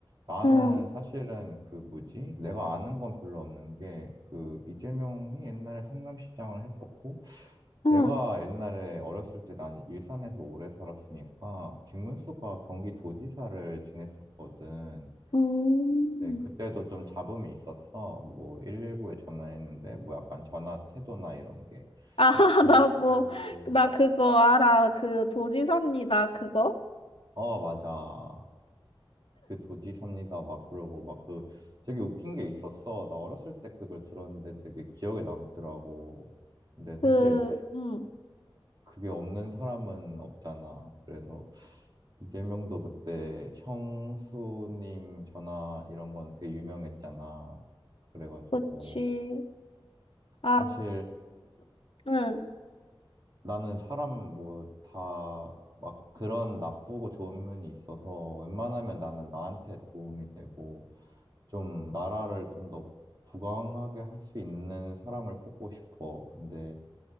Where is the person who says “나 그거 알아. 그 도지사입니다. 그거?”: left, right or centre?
Left